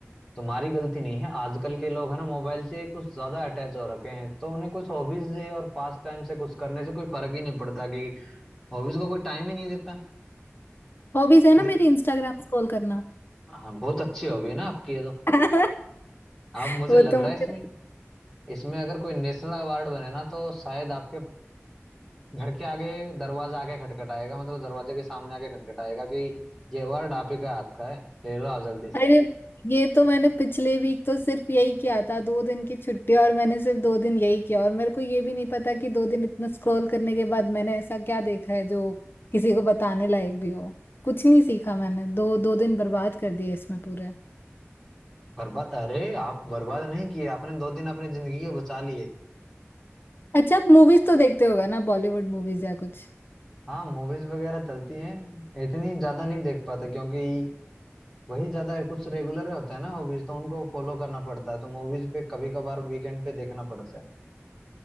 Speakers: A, in the centre; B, on the left (about 50°).
A: तुम्हारी गलती नहीं है आजकल के लोग है ना मोबाइल से कुछ ज्यादा अटैच हो रखे हैं तो उन्हें कुछ हॉबीज दे और पास टाइम से कुछ करने से कोई फर्क ही नहीं पड़ता कि हॉबीज को कोई टाइम ही नहीं देता
B: हॉबीज है
A: फिर
B: ना मेरी इंस्टाग्राम स्क्रॉल करना
A: हाँ बहुत अच्छी हॉबी है ना आपकी ये तो
B: <laughs>
A: आप मुझे
B: वो
A: लग
B: तो
A: रहा
B: मुझे
A: है इसमें इसमें अगर कोई नेशनल अवार्ड बने ना तो शायद आपके घर के आगे दरवाजा आके खटखटाएगा मतलब दरवाजे के सामने आके खटखटाएगा कि ये वर्ड आप ही का हाथ का है ले लो आप जल्दी से
B: अरे ये तो मैंने पिछले वीक तो सिर्फ यही किया था दो दिन की छुट्टी और मैंने सिर्फ दो दिन यही किया और मेरे को ये भी नहीं पता कि दो दिन इतना स्क्रॉल करने के बाद मैंने ऐसा क्या देखा है जो किसी को बताने लायक भी हो कुछ नहीं सीखा मैंने दो दो दिन बर्बाद कर दिए इसमें पूरे
A: बर्बाद अरे आप बर्बाद नहीं किए आपने दो दिन अपनी जिंदगी के बचा लिए
B: अच्छा आप मूवीज तो देखते होगा ना बॉलीवुड मूवीज या कुछ
A: हाँ मूवीज वगैरह चलती हैं इतनी ज्यादा नहीं देख पाते क्योंकि वही ज्यादा कुछ रेगुलर होते हैं ना हॉबीज तो उनको फॉलो करना पड़ता है तो मूवीज पे कभी कभार वीकेंड पे देखना पड़ता है